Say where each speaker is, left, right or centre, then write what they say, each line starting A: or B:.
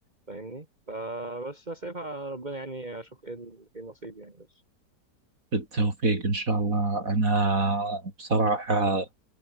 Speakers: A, on the right; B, on the right.
A: فاهمني فبس سايبها على ربنا يعني اشوف ايه ال- ايه النصيب يعني بس
B: بالتوفيق ان شاء الله انا بصراحه
A: آمين.